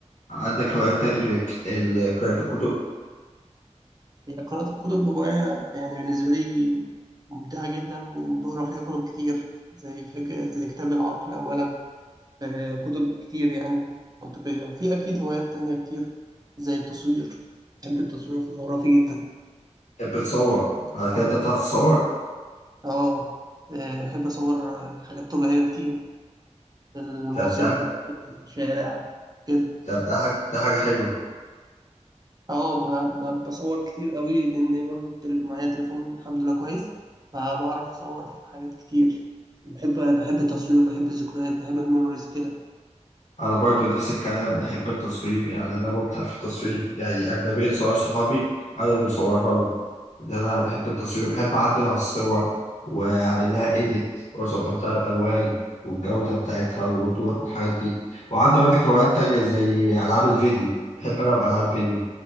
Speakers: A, on the left; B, on the right.
A: عندك هوايات تاني غير ك- ال- قراءة الكتب،
B: هي قراءة الكتب هواية يعني بالنسبة لي ممتعة جدا إن بقرا فيها كتب كتير زي فكرة زي كتاب العقل أولا آه، كتب كتير يعني منطقية وفي أكيد هوايات تانية كتير زي التصوير بحب التصوير الفوتوغرافي جدا
A: بتصور،
B: طبعا
A: على كده أنت بتعرف تصور؟
B: آه آه، بحب أصور آه، حاجات طبيعية كتير في المصيف
A: طب ده
B: بقى في الشارع كده
A: طب ده حاجة ده حاجة حلوة.
B: اه ب- ب- بصور كتير قوي لان برضو التل- معايا تليفون الحمد لله كويس فبعرف اصور حاجات كتير بحب بحب التصوير بحب الذكريات بحب الميموريز كده
A: انا برضو نفس الكلام بحب التصوير يعني انا مبدع في التصوير يعني اغلبيه صور صحابي انا اللي مصورها لهم ان انا بحب التصوير وبحب اعدل على الصور واعمل لها ايديت واظبط لها الالوان والجوده بتاعتها والوضوح والحاجات دي وعندي برضك هوايات تانية زي العاب الفيديو بحب العب العاب فيديو